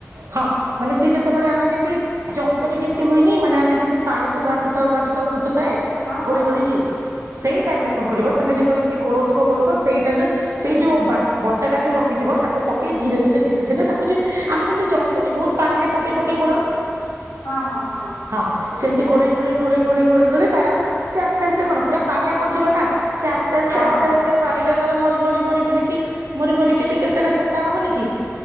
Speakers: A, on the right; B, on the left.
A: ହଁ ମାନେ ସିଏ ଯେତେବେଳେ ଆମେ ଯେମିତି, ଯନ୍ତନୀ ଯେମିତି ହୁଏନି, ମାନେ ଆମେ ଯେମିତି ପାଣିକୁ ଘାଣ୍ଟୁ ଥାଉ, ଘାଣ୍ଟୁ ଥାଉ, ଫୁଟୁଥାଏ,
B: ହଁ
A: ଗୋଳେଇ
B: ହଁ
A: ଗୋଳେଇକି
B: ହଁ
A: ସେଇ ଟାଇମ୍ ରେ କଣ କରିବ, ତମେ ଯେତେବେଳେ ଏମତି ଗୋଳଉଥିବ, ଗୋଳଉଥିବ, ସେଇ ଟାଇମ୍ ରେ ସେଇ ଯୋଉ ବା ବଟାଟା ଯୋଉ ରଖିଥିବ ତାକୁ ପକେଇ ଧୀରେ ଧୀରେ ଧୀରେ ଧୀରେ ତାକୁ ଯ ଆମେ ଯେମିତି ଜ ନ୍ତୁନେ ବହୁତ ପାଣି ରେ ପକେଇ ପକେଇ ଗୋଳାଉ
B: ହଁ ହଁ ହଁ।
A: ହଁ। ସେମିତି ଗୋଳେଇ ଗୋଳେଇ ଗୋଳିଇ ଗୋଳେଇ ଗୋଳେଇ ଗୋଳେଇ ତାର ସେ ଆସ୍ତେ ଆସ୍ତେ କଣ ପୁରା ପାଣିଆ ପଡିଥିବ ନା ସେ ଆସ୍ତେ ଆସ୍ତେ
B: ହଁ
A: ଆସ୍ତେ ଆସ୍ତେ
B: ହଁ ହଁ
A: ଆସ୍ତେ ପାଣିଟା ତାର ମରି ମରି ମରି ମରିିକି ମରି ମରିିକି ଟିକେ ସେଟା ମୋଟା ହେବନି କି।